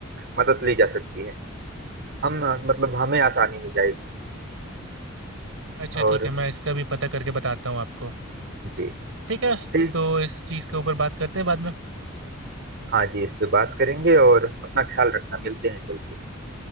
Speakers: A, on the right (about 55°); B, on the right (about 75°).
A: मदद ली जा सकती है हम मतलब हमें आसानी हो जाएगी
B: अच्छा
A: और
B: ठीक है मैं इसका भी पता करके बताता हूँ आपको
A: जी
B: ठीक है
A: ठीक
B: तो इस चीज़ के ऊपर बात करते हैं बाद में
A: हाँ जी इस पे बात करेंगे और अपना ख्याल रखना मिलते हैं जल्दी